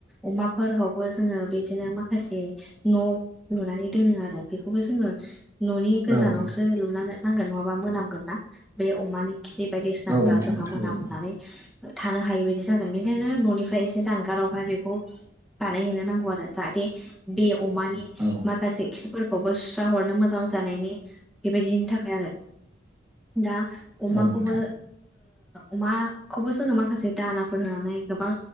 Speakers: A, in the centre; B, on the right.
A: अमाफोराव बो जोङो बिदिनो माखासे न' लुनानै दोनो आरो बेखौबो जोङो न'नि
B: औ
A: गोजानावसो लुनानै नांगोन नङाबा मोनामांगोन ना बे अमानि खि बायदिसिनाफ्रा
B: औ नोंथां
A: जोंहा
B: थारैनो
A: मोनामनानै थानो हायि बायदि जागोन बेखायनो न'निफ्राय एसे जानगारावहाय बेखौ बानायहैनो नांगौ आरो जाहाथे बे अमानि
B: औ
A: माखासे खिफोरखौबो सुस्रा हरनो मोजां जानायनि बेबायदिनि थाखाय आरो दा अमाखौबो
B: औ नोंथां
A: अमाखौबो जोङो माखासे दानाफोर होनानै गोबां